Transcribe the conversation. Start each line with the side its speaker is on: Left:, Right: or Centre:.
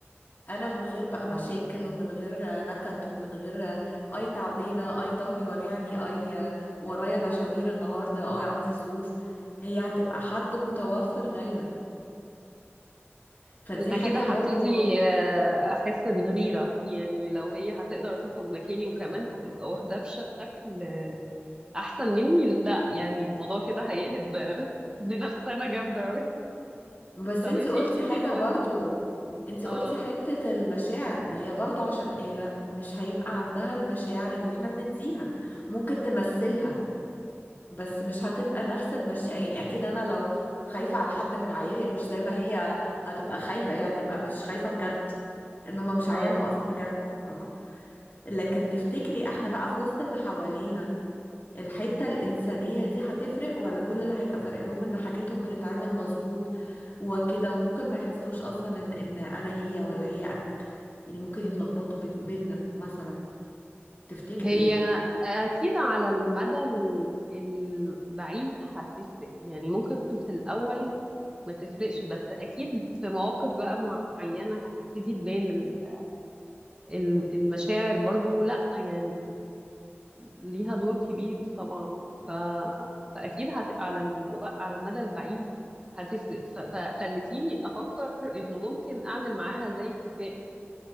Left: انا من غير بقى مشاكل
Right: آه
Left: ومن غير نكد ومن غير اي تعبانة اي ظهري وجعني اي ورايا مشاوير النهاردة اي عندي ظروف هي هتبقى حد متوفر دايما فدي
Right: أنا
Left: حاجة
Right: كده هبتدي
Left: برضو
Right: آه، أحس بالغيرة يعني لو هي هتقدر تاخد مكاني وكمان هتبقى واخداه بشكل احسن مني لا يعني الموضوع كده هيقلب ب- <laughs> بنفسنا جامده قوي
Left: بس
Right: طب
Left: انت
Right: انتي
Left: قلتي
Right: انتي
Left: حاجة
Right: ما قول
Left: برضو انت
Right: اه
Left: قلتي حتة المشاعر ما هي برضو عشان آلة مش هيبقى عندها المشاعر اللي احنا بنديها ممكن تمثلها
Right: مم.
Left: بس مش هتبقى
Right: مم.
Left: نفس المشاعر يعني اكيد انا لو خايفة على حد من عيالي مش زي ما هي هتبقى خايفة هي هتبقى مش خايفة بجد ان هما مش عيالها
Right: اه
Left: اصلا بجد فاهمة لكن
Right: مم.
Left: تفتكري احنا بقى في وسط اللي حوالينا الحتة الإنسانية دي هتفرق ولا كل اللي هيبقى فارق لهم إن حاجتهم بتتعمل مظبوط وكده وممكن ما يحسوش اصلا ان ان انا هي ولا هي أ- يعني ممكن يتلخبطوا بت- بينا مثلا تفتكري
Right: هي
Left: ايه
Right: اكيد على المدى ال- البعيد هتفرق يعني ممكن في الاول ما تفرقش بس اكيد في مواقف بقى معينه هتبتدي تبان ال- ال- المشاعر برضو لا يعني ليها دور كبير طبعا ف... فاكيد هت... على الو... على المدى البعيد هتفرق ف... فخلتيني افكر ان ممكن اعمل معاها زي اتفاق